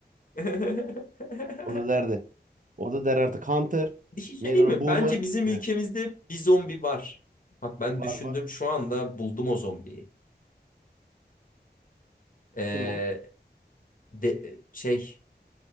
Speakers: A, on the left; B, on the right.
A: <laughs>
B: O da derdi. O da der artık Hunter.
A: Bir şey söyleyeyim
B: Neydi ona?
A: mi?
B: Boomer.
A: Bence bizim
B: Heh,
A: ülkemizde bir zombi var. Bak ben
B: var
A: düşündüm
B: var.
A: şu anda buldum o zombiyi. Ee,
B: Kim o?
A: de, şey